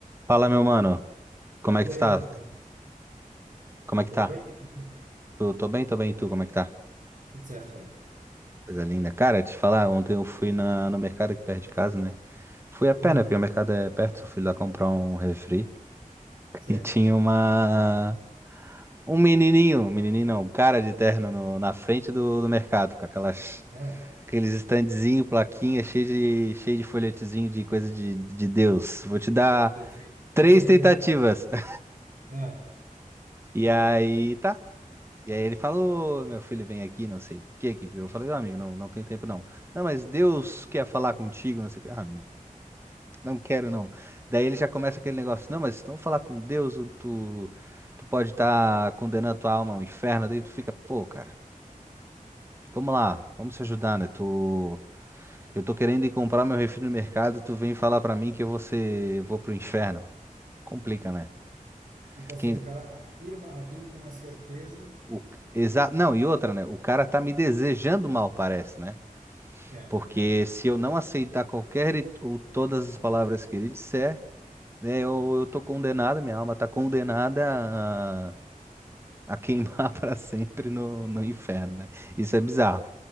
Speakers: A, on the right; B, on the right.
A: Fala, meu mano. Como é
B: E
A: que tu
B: aí,
A: tá?
B: meu irmãozinho?
A: Como é que
B: Tudo
A: tá?
B: bem? O que que manda?
A: Tô, tô bem, tô bem. E tu, como é que tá?
B: Tudo certo, cara.
A: Coisa linda. Cara, te falar, ontem eu fui na, no mercado aqui perto de casa, né? Fui a pé,
B: Uhum.
A: né? Porque o mercado é perto, só fui lá comprar um refri.
B: Sei.
A: E tinha uma... Um menininho, um menininho não, um cara de terno no- na frente do, do mercado, com aquelas...
B: Ah,
A: Aqueles standzinho, plaquinha, cheio de, cheio de folhetezinho de coisa de, de Deus. Vou te dar
B: e testemunho de
A: três
B: testemunho
A: tentativas.
B: de Jeová.
A: <laughs>
B: Ah, xarope.
A: E aí, tá. E aí ele falou, meu filho, vem aqui, não sei o que que. Eu falei, "Ó, amigo, não, não tem tempo não. Não, mas Deus quer falar contigo, não sei o que. Ah, amigo, não quero não. Daí ele já começa aquele negócio, não, mas se não falar com Deus, tu, tu pode estar condenando tua alma ao inferno. Daí tu fica, pô, cara, vamos lá, vamos se ajudar, né? Tu, eu tô querendo ir comprar meu refri no mercado, tu vem falar pra mim que eu vou ser, vou pro inferno. Complica, né?
B: Tipo assim,
A: Quem,
B: o cara afirma aquilo com uma certeza.
A: o, exa, não, e outra, né? O cara tá me desejando mal, parece, né?
B: É,
A: Porque
B: é.
A: se eu não aceitar qualquer e- ou todas as palavras que ele disser, né, eu, eu tô condenado, minha alma tá condenada a, a queimar <laughs> para sempre no, no inferno, né? Isso é bizarro.